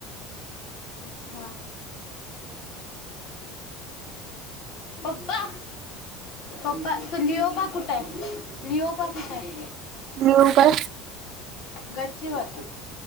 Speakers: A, on the left; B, on the right.
A: अच्छा पप्पा पप्पा तो लिओपा कुठाय? लिओपा कुठाय?
B: मी येऊ काय?
A: गच्चीवर